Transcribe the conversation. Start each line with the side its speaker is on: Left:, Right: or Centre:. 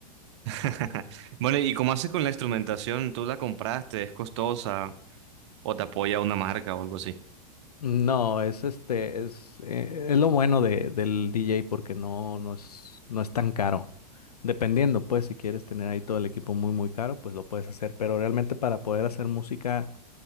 Right: <laughs> Bueno, ¿y cómo haces con la instrumentación? ¿Tú la compraste? ¿Es costosa? ¿O te apoya una marca o algo así?
Left: No, es este, es, eh, es lo bueno de, del DJ porque no, no es, no es tan caro. Dependiendo, pues, si quieres tener ahí todo el equipo muy, muy caro, pues lo puedes hacer. Pero realmente para poder hacer música,